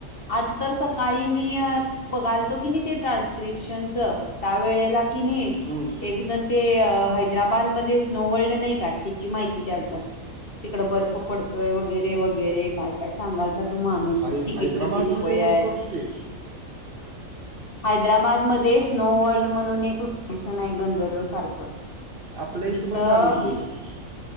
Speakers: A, on the left; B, on the right.
A: आज तर सकाळी मी बघालतो की नाही ते ट्रान्स्क्रिप्शनच त्यावेेळेला कि नाही
B: हम्म
A: एक जण ते हैदराबादमध्येध्ये स्नोवर्ल्ड नाही का त्याची माहिती द्यावतं तिकड बर्फ पडतय वगैरे वगैरे काय काय सांगाल तो माणूस
B: हाय
A: तिकीट
B: हैदराबादमध्ये
A: किती रुपये
B: वर
A: आहे
B: परतोय
A: हैदराबाद मध्ये स्नो वर्ल्ड म्हणून एक लोकेशन आहे गंधर्व सारखं
B: आपल्या इथं
A: तिथं
B: पण झालं की
A: हे
B: ते